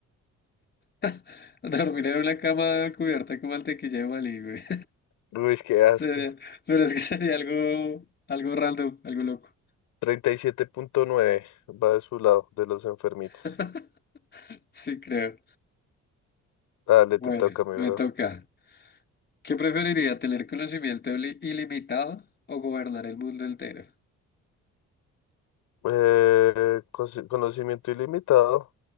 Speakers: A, on the left; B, on the left.
A: <laughs> Dormir en una cama cubierta con mantequilla de maní, güey.
B: Uy, qué asco.
A: Sería, pero es que sería algo, algo random, algo loco.
B: treinta y siete punto nueve va de su lado, de los enfermitos.
A: <laughs> Sí, creo.
B: Dale,
A: Bueno,
B: te toca, mi
A: me
B: bro.
A: toca. ¿Qué preferiría, tener conocimiento ili- ilimitado o gobernar el mundo entero?
B: Eh, cosi- conocimiento ilimitado.